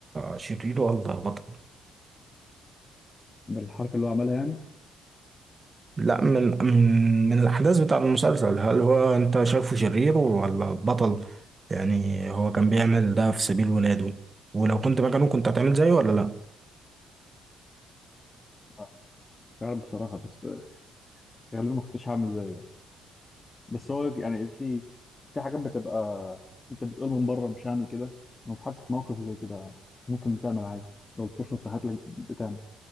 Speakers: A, on the right (about 35°); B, on the left (about 30°).
A: شرير ولا بطل؟
B: بالحركه اللي هو عملها يعني
A: لا من من من الأحداث بتاع المسلسل هل هو أنت شايفه شرير ولا بطل يعني هو كان بيعمل ده في سبيل ولاده ولو كنت مكانه كنت هتعمل زيه ولا لا
B: آه، مش عارف بصراحه بس آه، غالبا ما كنتش هعمل زيه يعني. بس هو يعني في في حاجات بتبقى انت بتقول من بره مش هعمل كده لو اتحطيت في موقف زي كده ممكن بتعمل عادي لو الفرصه اتاحت لك بتعمل